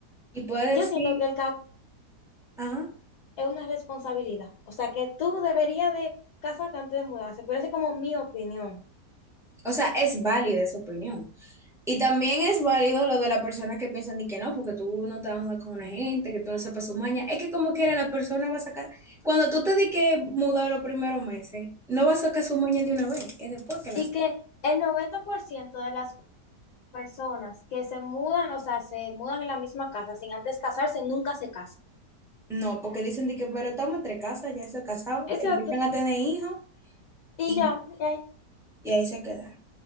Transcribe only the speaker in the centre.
Y puedes
decir,
ajá,
o sea, es válida esa opinión. Y también es válido lo de la persona que piensan de que no, porque tú no te vas a mudar con una gente, que tú no sepas su maña. Es que como quiera la persona va a sacar, cuando tú te di que mudar los primeros meses, no va a sacar su maña de una vez, es después que las...
No, porque dicen de que, pero estamos entre casas, ya se casados,
empiezan a tener hijos.
Y
Y ahí se quedaron.